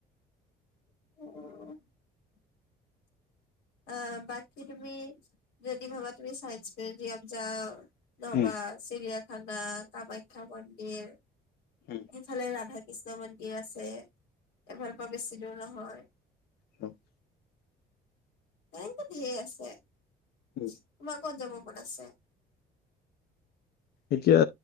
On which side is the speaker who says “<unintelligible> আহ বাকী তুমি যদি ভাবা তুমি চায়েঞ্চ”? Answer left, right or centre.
Left